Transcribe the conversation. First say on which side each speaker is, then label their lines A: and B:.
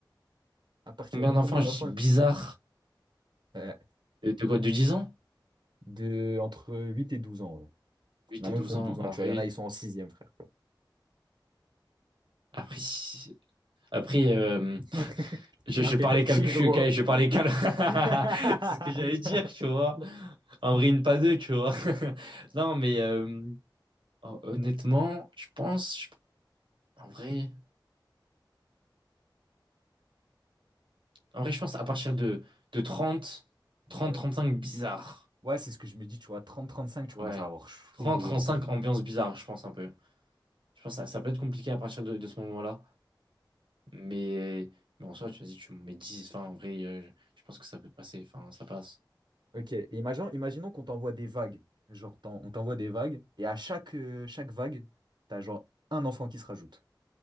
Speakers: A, on the right (about 60°); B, on the right (about 80°).
A: À partir
B: Combien
A: de
B: d'enfants,
A: combien
B: je
A: d'enfants?
B: dis bizarre,
A: Euh,
B: de, de quoi, de 10 ans?
A: de entre 8 et douze ans, ouais.
B: huit
A: On a
B: et
A: même
B: douze
A: contre
B: ans,
A: 12
B: en
A: ans, tu
B: vrai.
A: vois. Il y en a, ils sont en sixième, frère.
B: Après, si- après euh,
A: <laughs>
B: Je, je
A: Un
B: parlais
A: penalty,
B: calcul,
A: gros.
B: ok, je parlais
A: <laughs>
B: cal. <laughs> C'est ce que j'allais dire, tu vois. En vrai, une pas deux, tu vois. <laughs> Non, mais euh, hon- honnêtement, je pense, je- en vrai, en vrai, je pense à partir de, de trente trente
A: Ouais.
B: trente cinq bizarre.
A: Ouais, c'est ce que je me dis, tu vois. 30-35, tu
B: Ouais.
A: commences à avoir chaud
B: trente trente
A: un
B: cinq
A: peu.
B: ambiance bizarre, je pense un peu. Je pense que ça, ça peut être compliqué à partir de, de ce moment-là. Mais, mais en soi, tu vas-y, tu me mets 10 20, en vrai, euh, je pense que ça peut passer. Enfin, ça passe.
A: Ok, et imaginons, imaginons qu'on t'envoie des vagues. Genre, t'en- on t'envoie des vagues, et à chaque, euh, chaque vague, t'as genre un enfant qui se rajoute.